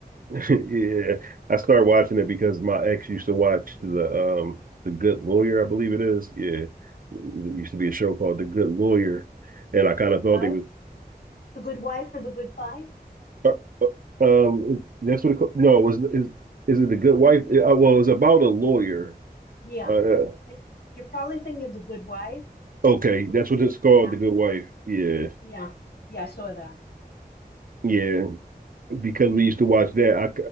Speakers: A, on the right; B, on the left.
A: <laughs> yeah, I started watching it because my ex used to watch the um the Good Lawyer, I believe it is. Yeah, it used to be a show called The Good Lawyer, and I kind
B: The Good
A: of thought
B: Wife?
A: they was
B: The Good Wife or The Good Fight?
A: uh, uh, um it- that's what it, ca- no it was is is it the Good Wife? Uh, well, it's about a lawyer.
B: Yeah.
A: Uh, uh,
B: I, you're probably thinking of The Good Wife,
A: okay,
B: which,
A: that's what it's called,
B: yeah,
A: The Good Wife. Yeah,
B: yeah, yeah, I saw that.
A: yeah. because we used to watch that, I